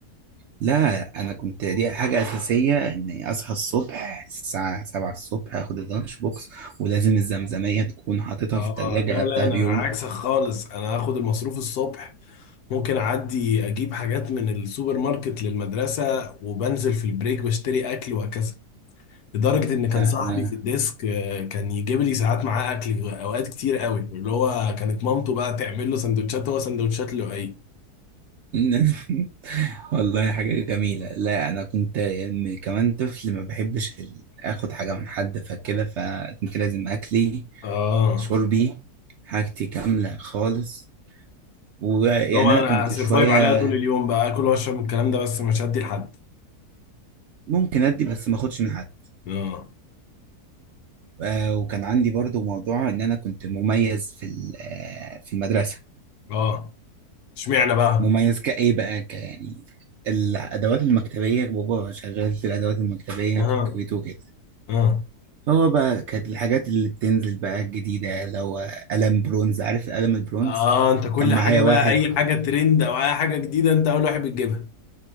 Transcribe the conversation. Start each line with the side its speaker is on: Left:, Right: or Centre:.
Right: لا انا كنت دي حاجة اساسية اني اصحى الصبح الساعة 7 الصبح اخد اللانش بوكس ولازم الزمزمية تكون حاططها
Left: اه
Right: في التلاجة
Left: لا
Right: قبلها
Left: لا انا
Right: بيوم
Left: عكسك خالص انا اخد المصروف الصبح ممكن اعدي اجيب حاجات من السوبر ماركت للمدرسه وبنزل في البريك بشتري اكل وهكذا لدرجه ان كان
Right: لا
Left: صاحبي
Right: انا
Left: في الديسك آه، كان يجيب لي ساعات معاه اكل اوقات كتير قوي اللي هو كانت مامته بقى تعمل له سندوتشات هو سندوتشات لؤي
Right: <laughs> والله حاجة جميلة لا أنا كنت م- كمان طفل ما بحبش ال- آخد حاجة من حد فكده فكنت لازم أكلي
Left: اه
Right: شربي حاجتي كاملة خالص ويعني
Left: اللي هو انا
Right: انا كنت
Left: هسرفايف
Right: شويه
Left: عليها طول اليوم بقى اكل واشرب من الكلام ده بس مش هدي لحد
Right: ممكن ادي بس ما اخدش من حد
Left: اه
Right: آه، وكان عندي برضو موضوع ان انا كنت مميز في ال- آه، في المدرسه
Left: اه اشمعنى بقى
Right: مميز كايه بقى ك يعني الادوات المكتبيه بابا شغال في الادوات المكتبيه
Left: اه
Right: في الكويت وكده
Left: اه
Right: فهو بقى كانت الحاجات اللي بتنزل بقى الجديده لو قلم برونز عارف القلم البرونز
Left: اه انت كل
Right: كان
Left: حاجه
Right: معايا
Left: بقى
Right: واحد
Left: اي حاجه ترند او اي حاجه جديده انت اول واحد بتجيبها